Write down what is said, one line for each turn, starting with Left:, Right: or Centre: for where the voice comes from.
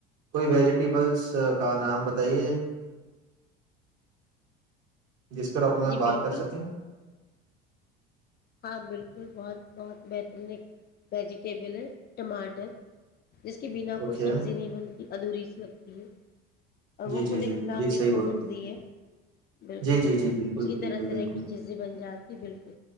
Right: کوئی ویجیٹیبلس کا نام بتائیے جس کے ٹاپک میں ہم
Left: جی
Right: بات
Left: بالکل
Right: کر سکیں
Left: ہاں بالکل بہت بہت بہترین ایک ویجیٹیبل ہے ٹماٹر جس کے بنا
Right: اوکے
Left: کوئی سبزی نہیں بنتی ادھوری س لگتی ہے اور
Right: جی
Left: وہ
Right: جی
Left: خود
Right: جی
Left: ایک نام
Right: جی
Left: میں
Right: صحیح
Left: اپنی
Right: بول
Left: سبزی
Right: رہے
Left: ہے بالکل
Right: ہیں، جی جی جی بالکل
Left: اس کی
Right: بالکل
Left: طرح طرح
Right: بالکل
Left: کی چیزیں بن جاتی بالکل